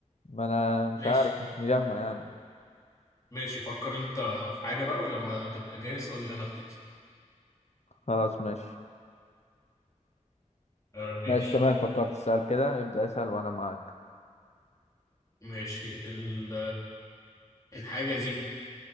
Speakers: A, on the left; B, on the left.
A: ما انا مش
B: ماشي
A: عارف مش مجمع يعني
B: ماشي فكر انت في حاجة بقى ولما تبقى جاهز قول لي انا ابتدي
A: خلاص ماشي
B: آه ماشي
A: ماشي تمام فكرت اسال كده ابدأ اسأل وانا معاك
B: ماشي ال... الحاجة دي